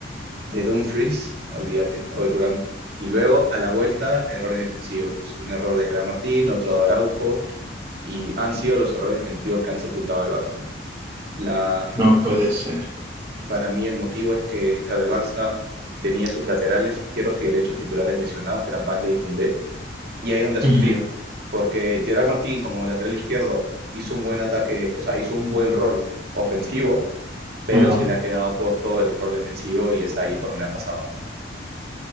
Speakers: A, on the right (about 55°); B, on the right (about 25°).
A: de Dumfries, olvídate, o de Turán. Y luego, a la vuelta, errores defensivos. Un error de Gerard Martín, otro de Araujo, y han sido los errores defensivos que han sepultado al Barça. La,
B: no puede ser.
A: para mí el motivo es que, claro, el Barça tenía sus laterales izquierdos y derechos titulares lesionados, que eran Balde y Koundé, y ahí es donde ha sufrido,
B: Ujú,
A: porque Gerard Martín como lateral izquierdo hizo un buen ataque, o sea, hizo un buen rol ofensivo, pero
B: Ajá,
A: se le ha quedado corto el rol defensivo y es ahí por donde han pasado.